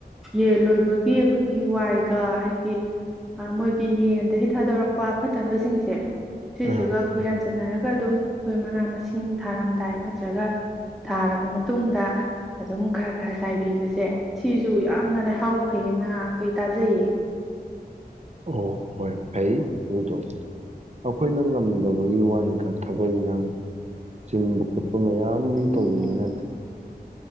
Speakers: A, in the centre; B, on the right.
A: ꯌꯦꯟ ꯂꯣꯏꯕꯒꯤ ꯑꯩꯈꯣꯏꯒꯤ ꯋꯥꯏꯒ ꯍꯥꯏꯗꯤ ꯃꯣꯏꯒꯤ ꯌꯦꯟ ꯀ ꯊꯗꯔꯣ ꯑꯄ ꯐꯠꯇꯕꯁꯤꯡꯁꯦ ꯁꯤꯁꯤꯒ
B: ꯑꯥ
A: ꯑꯩꯈꯣꯏ ꯌꯥꯟꯁꯤꯟꯅꯔꯒ ꯑꯗꯨꯝ ꯑꯩꯈꯣꯏ ꯃꯅꯥ ꯃꯁꯤꯡ ꯊꯥꯔꯝꯗꯥꯏ ꯅꯠꯇ꯭ꯔꯒ ꯊꯥꯔꯕ ꯃꯇꯨꯡꯗ ꯑꯗꯨꯝ ꯈꯔ ꯈꯔ ꯆꯥꯏꯕꯤꯕꯁꯦ ꯁꯤꯁꯨ ꯌꯥꯝꯅ ꯂꯩꯍꯥꯎ ꯐꯩꯌꯦꯅ ꯑꯩꯈꯣꯏ ꯇꯥꯖꯩꯌꯦ
B: ꯑꯣ ꯍꯣꯏ ꯐꯩ ꯑꯗꯨꯗꯣ ꯑꯩꯈꯣꯏꯅ ꯉꯝꯗꯕꯒꯤ ꯋꯥꯅꯤꯗ ꯊꯕꯛ ꯏꯟꯈꯥꯡ ꯆꯤꯟꯕ ꯈꯠ ꯆꯄ ꯃꯌꯥꯝ ꯇꯧꯕꯅꯤꯅꯅꯦ
A: ꯑꯣ